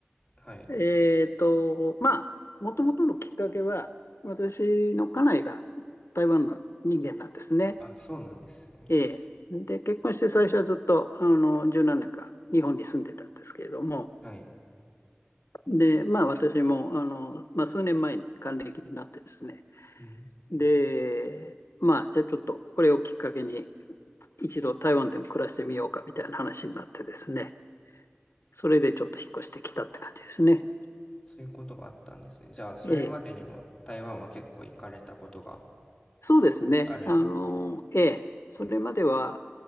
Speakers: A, on the left; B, on the left.
A: はい。
B: えっと、まあ、もともとのきっかけは、私の家内が台湾の人間なんですね。
A: あ、そうなんですね。
B: えーで、結婚して最初はずっと、あの、1何年か日本に住んでたんですけれども、
A: はい。
B: で、まあ私も、あの、まあ数年前に還暦になってですね、
A: うん。
B: で、まあじゃあちょっとこれをきっかけに、一度台湾でも暮らしてみようかみたいな話になってですね、それでちょっと引っ越してきたって感じですね。
A: そういうことがあったんですね。じゃあ、それまでにも台湾は結構行かれたことが
B: ええ。そうですね。
A: あるんですね。
B: あの、ええ。それまでは、